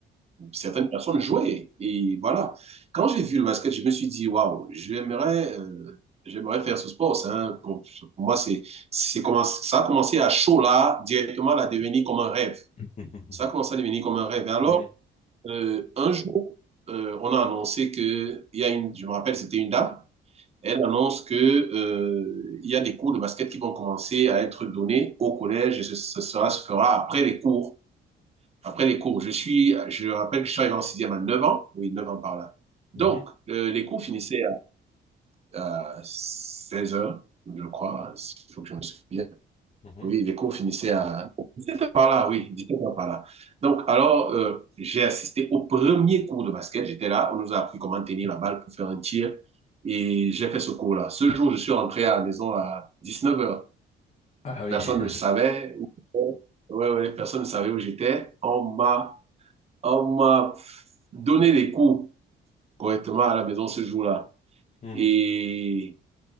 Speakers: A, on the right; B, on the left.
A: certaines personnes jouer. Et voilà. Quand j'ai vu le basket, je me suis dit, waouh, j'aimerais, euh, j'aimerais faire ce sport. C'est un- pour, pour moi, c'est, c'est commencé- ça a commencé à chaud là, directement à devenir comme un rêve.
B: <laughs>
A: Ça a commencé à devenir comme un rêve. Et alors,
B: Mhm.
A: euh, un jour, euh, on a annoncé que, il y a une, je me rappelle, c'était une dame, elle annonce que, euh, il y a des cours de basket qui vont commencer à être donnés au collège et ce, ce sera, se fera après les cours. Après les cours, je suis, je rappelle que je suis arrivé en sixième à 9 ans, oui, 9 ans par là. Donc,
B: Mhm.
A: euh, les cours finissaient à, à 16 heures, je crois, si, il faut que je me souvienne.
B: Mhm.
A: Oui, les cours finissaient à par là, oui, directement par là. Donc, alors, euh, j'ai assisté au premier cours de basket. J'étais là, on nous a appris comment tenir la balle pour faire un tir. Et j'ai fait ce cours-là. Ce jour, je suis rentré à la maison à 19 heures
B: Ah oui.
A: Personne
B: <laughs>
A: ne le savait. où- Ouais, ouais, personne ne savait où j'étais. On m'a, on m'a donné les cours correctement à la maison ce jour-là.
B: Mhm.
A: Et